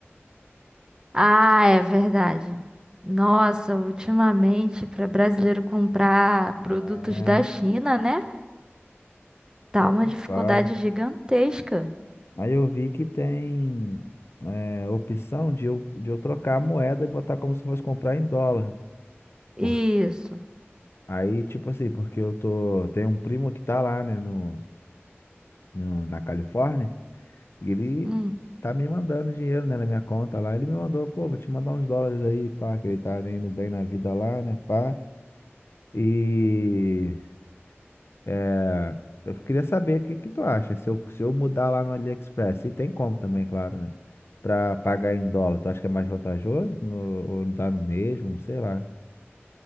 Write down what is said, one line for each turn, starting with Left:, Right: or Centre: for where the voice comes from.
Right: Ah, é verdade. Nossa, ultimamente, para brasileiro comprar produtos
Left: É,
Right: da China, né? Tá
Left: pô,
Right: uma
Left: nem
Right: dificuldade
Left: fala.
Right: gigantesca.
Left: Aí eu vi que tem é, opção de eu, de eu trocar a moeda e botar como se fosse comprar em dólar.
Right: Isso.
Left: Por, aí, tipo assim, porque eu tô. Tem um primo que tá lá, né, no, no- na Califórnia, e ele
Right: Hum.
Left: tá me mandando dinheiro, né, na minha conta lá. Ele me mandou, pô, vou te mandar uns dólares aí, pá, que ele tá indo bem na vida lá, né, pá. E. É, eu queria saber o que que tu acha. Se eu, se eu mudar lá no AliExpress, se tem como também, claro, né? Pra pagar em dólar, tu acha que é mais vantajoso? No- Ou dá no mesmo? Sei lá.